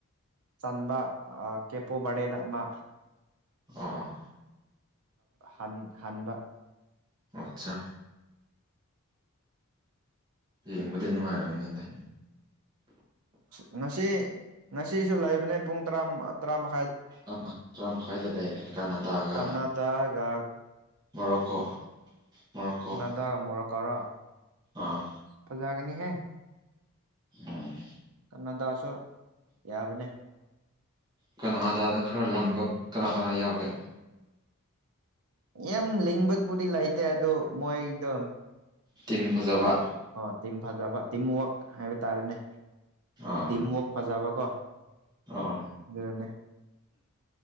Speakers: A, on the right; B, on the right.
A: ꯆꯟꯕ ꯀꯦꯄꯨ ꯕꯔꯗꯦꯅ ꯑꯃ꯫
B: ꯑꯥ꯫
A: ꯍꯟꯥꯟꯕ
B: ꯑꯠꯆꯥ ꯌꯦꯡꯕꯗꯤ ꯅꯨꯡꯉꯥꯏꯔꯝꯅꯤ ꯑꯗ
A: ꯉꯁꯤ ꯉꯁꯤꯁꯨ ꯂꯩꯕꯅꯦ ꯄꯨꯡ ꯇꯔꯥ ꯇꯔꯥꯃ
B: ꯑ ꯇꯔꯥ ꯃꯈꯥꯏꯗ ꯂꯩ ꯀꯅꯥꯗꯥꯒ
A: ꯀꯅꯥꯗꯥꯒ
B: ꯃꯣꯔꯣꯀꯣ ꯃꯣꯔꯣꯀꯣ
A: ꯅꯗꯒ ꯃꯣꯔ ꯀꯧꯔ
B: ꯑꯥ
A: ꯐꯖꯥꯒꯅꯤ ꯍꯥꯏꯦ
B: ꯎꯝ
A: ꯅꯟꯗꯥꯁꯨ ꯌꯥꯕꯅꯤ
B: ꯀꯅꯥ ꯑꯗꯥꯗ ꯈꯔ ꯂꯤꯡꯕ ꯀꯅꯥ ꯀꯅꯥ ꯌꯥꯎꯒꯦ
A: ꯌꯥꯝ ꯂꯤꯡꯕꯗꯨꯕꯨꯗꯤ ꯂꯩꯇꯦ ꯑꯗꯨ ꯃꯣꯏꯗꯣ
B: ꯇꯤꯝ ꯐꯖꯕ
A: ꯑ ꯑ ꯇꯤꯝ ꯐꯖꯕ ꯇꯤꯝꯋꯛ ꯍꯥꯏꯕ ꯇꯥꯔꯦꯅꯦ
B: ꯑꯥ
A: ꯇꯤꯝ ꯋꯥꯔꯛ ꯄꯖꯕ ꯀꯣ
B: ꯑꯥ
A: ꯑꯗꯨꯅꯦ